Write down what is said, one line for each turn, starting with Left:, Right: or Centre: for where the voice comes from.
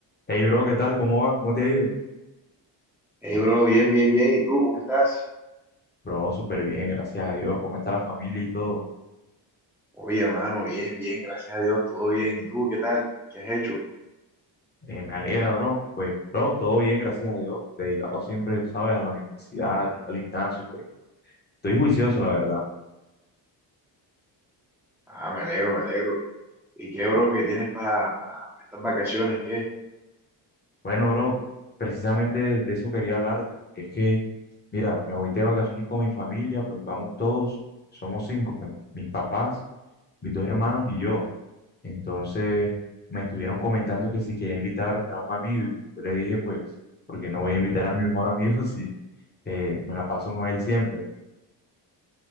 Left: Hey bro, ¿qué tal? ¿Cómo vas? ¿Cómo te ha ido?
Centre: Hey, bro, bien, bien, bien. ¿Y tú cómo estás?
Left: Bro, súper bien, gracias a Dios. ¿Cómo está la familia y todo?
Centre: Oye, hermano, bien, bien, gracias a Dios, todo bien. ¿Y tú qué tal? ¿Qué has hecho?
Left: Eh, me alegra, bro. Pues, bro, todo bien, gracias a Dios. Dedicado siempre, sabes, a la universidad, yendo al gimnasio, pues. Estoy juicioso, la verdad.
Centre: Ah, me alegro, me alegro. ¿Y qué, bro, qué tienes para estas vacaciones? ¿Qué?
Left: Bueno, bro, precisamente de eso quería hablarte, porque es que, mira, me voy de vacaciones con mi familia, pues vamos todos, somos cinco, pues, mis papás, mis dos hermanos y yo. Entonces, me estuvieron comentando que si quería invitar a un amigo, y yo le dije, pues, porque no voy a invitar a mi mejor amigo <laughs> si eh, me la paso con él siempre.